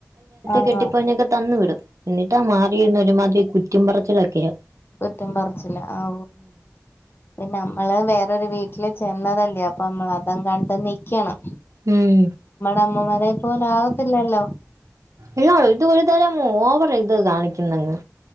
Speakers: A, on the left (about 45°); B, on the right (about 70°).
A: ആഹ്
B: കെട്ടിപ്പോഞ്ഞൊക്കെ തന്നു വിടും എന്നിട്ടാ മാറിന്നഒരുമാതിരി കുറ്റി പററച്ചിലൊക്കെയ...
A: കുറ്റും പറച്ചില്ല ഓ പിന്ന നമ്മള് വേറെ. വീട്ടിൽ ചെന്നല്ലേ അ പൊനമ്മൾ അതുകൊണ്ട് നിക്കണം
B: ഉം
A: നമ്മമ്മ.. അതേ പോല ആാവത്തില്ലല്ലോ.
B: ഇല്ല ഇത് ഒരുതരം ഹോവർ ഇത് കാണിക്കുന്നങ്ങ്.